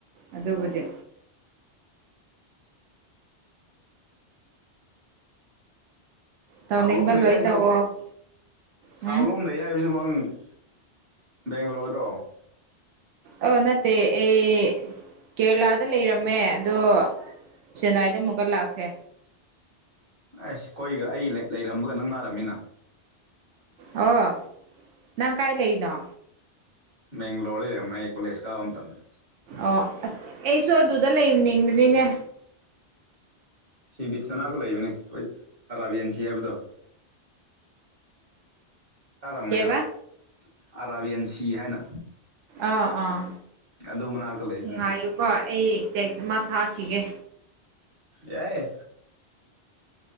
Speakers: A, on the right; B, on the right.
A: ꯑꯗꯨꯕꯨꯗꯤ ꯇꯧꯅꯤꯡꯕ
B: ꯁꯥꯎ ꯂꯣꯝ
A: ꯂꯣꯏ
B: ꯂꯩ ꯍꯥꯏꯖꯨ
A: ꯇꯧꯑꯣ
B: ꯁꯥꯎ
A: ꯎꯝ
B: ꯂꯣꯝ ꯂꯩ ꯍꯥꯏꯕꯖꯨ <unintelligible> ꯕꯦꯡꯒꯂꯣꯔꯗꯣ
A: ꯑꯣ ꯅꯠꯇꯦ ꯑꯩ ꯀꯦꯔꯂꯥꯗ ꯂꯩꯔꯝꯃꯦ ꯑꯗꯣ ꯆꯦꯟꯅꯥꯏꯗ ꯑꯃꯨꯛꯀ ꯂꯥꯛꯈ꯭ꯔꯦ
B: ꯑꯥꯏꯁ ꯈꯣꯏꯒ ꯑꯩ ꯂꯩ-ꯂꯩꯔꯝꯕꯒ ꯅꯛꯅꯥꯔꯝꯃꯤꯅ
A: ꯑꯣ ꯅꯪ ꯀꯥꯏ ꯂꯩꯔꯤꯅꯣ
B: ꯃꯦꯡꯒ꯭ꯂꯣꯔ ꯂꯩꯔꯝꯃꯦ ꯀꯣꯂꯦꯖ ꯀꯥꯕ ꯃꯇꯝꯗ
A: ꯑꯣ ꯑꯁ ꯑꯩꯁꯨ ꯑꯗꯨꯗ ꯂꯩꯝꯅꯤꯡꯕꯅꯤꯅꯦ
B: ꯁꯤ ꯕꯤꯆ ꯃꯅꯥꯛꯇ ꯂꯩꯕꯅꯦ ꯑꯩꯈꯣꯏ ꯑꯔꯥꯕꯤꯌꯟ ꯁꯤ ꯍꯥꯏꯕꯗꯣ ꯇꯥꯔꯝꯒꯅꯤꯅ
A: ꯀꯩꯕ
B: ꯑꯔꯥꯕꯤꯌꯟ ꯁꯤ ꯍꯥꯏꯅ
A: ꯑꯥ ꯑꯥ
B: ꯑꯗꯨ ꯃꯅꯥꯛꯇ ꯂꯩꯕꯅꯤ
A: ꯉꯥꯏꯌꯨꯀꯣ ꯑꯩ ꯇꯦꯛꯁ ꯑꯃ ꯊꯥꯈꯤꯒꯦ
B: ꯌꯥꯏꯌꯦ